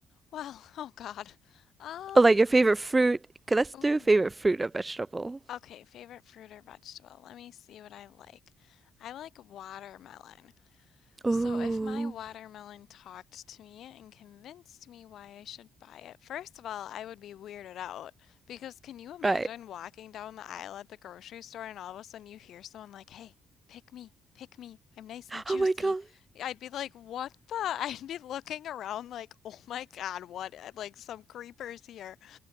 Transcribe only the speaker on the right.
Or like your favorite fruit. 'Kay, Let's
do favorite fruit or vegetable.
Ooh,
right.
Oh my God,